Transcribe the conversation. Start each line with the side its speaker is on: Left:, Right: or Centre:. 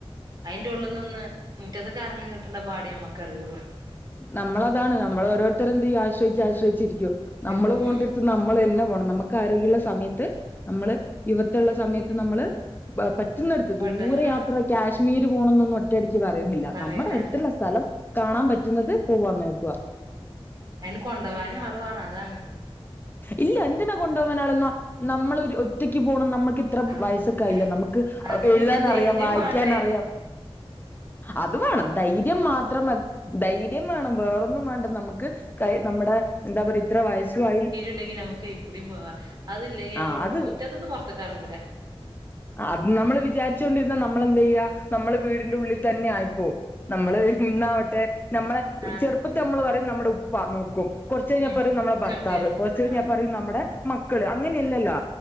Right: അയിന്റെ ഉള്ളിൽ നിന്ന് മുറ്റത്ത്ക്ക് എറങ്ങാൻ കിട്ടണ്ട പാട് ഞമ്മക്കേ അറിയുള്ളു
Left: നമ്മള് അതാണ് നമ്മള് ഓരോരുത്തരെ എന്ത്‌ ചെയ്യും ആശ്രയിച്ച് ആശ്രയിച്ചിരിക്കും.
Right: ശരിക്കും
Left: നമ്മള് പോണ്ടിടത് നമ്മളെന്നെ പോണം നമ്മുക്ക് ആരോഗ്യ ള്ള സമയത്ത് നമ്മള് ഇവ്‌ത്തുള്ള സമയത്ത് നമ്മള് ബ പ റ്റുന്നടുത്ത്
Right: പെട്ടെന്ന്
Left: ദൂര
Right: ആഹ്
Left: യാത്ര കാശ്മീര് പോണംന്നൊന്നും ഒറ്റടിക് ക്ക് പറയുന്നില്ല
Right: പറയില്ല
Left: നമ്മടെ അടുത്തുള്ള സ്ഥലം കാണാൻ പറ്റുന്നത് പോവാൻ നോക്കുക
Right: അയ്ന് കൊണ്ടവാനും ആള് വേണം അതാന്
Left: ഇല്ല എന്തിനാ കൊണ്ടുപോവാന് ആള് ന നമ്മള് ഒരു ഒറ്റക്ക് പോണം നമ്മൾ ക്ക്‌ ഇത്ര
Right: ആഹ്
Left: വയസ്സൊക്കെ ആയില്ലേ
Right: അയി
Left: നമ്മക്ക്
Right: അതിനില്ല
Left: എഴുതാനറിയാം
Right: ധൈര്യം
Left: വായിക്കാനറിയാം
Right: വേണ്ടേ
Left: അത് വേണം ധൈര്യം മാത്രം മത് ധൈര്യം വേണം വേറൊ ന്നും വേണ്ട നമ്മക്ക് കയ് നമ്മടെ എന്താ പറയ ഇത്ര വയസുവായി
Right: ണ്ടെങ്കി നമ്മുക്ക് എവിടേം പോവാ അതില്ലെങ്കി
Left: ആഹ്
Right: നമ്മൾ
Left: അത്
Right: മുറ്റത്ത്ന്ന്‌ പൊറത്തക്കറങ്ങൂല
Left: അത് നമ്മള് വിചാരിച്ചോണ്ടിരുന്ന നമ്മള് എന്ത്‌യ്യാ നമ്മള് വീടിന്റെ ഉള്ളിൽ തന്നെ ആയിപ്പോവും നമ്മള് ഇന്നാവട്ടെ നമ്മള്
Right: ആ
Left: ചെറുപ്പത്തി നമ്മള് പറയും നമ്മട് ടെ ഉപ്പ നോക്കും കൊറച്ച് കഴിഞ്ഞാൽ
Right: ഉം
Left: പറയും നമ്മടെ ഭർത്താവ്
Right: കെട്ടിയോൻ
Left: കൊറച്ച് കഴിഞ്ഞാൽ
Right: ആ
Left: പറയും നമ്മടെ മക്കള് അങ്ങനല്ലല്ലോ ആ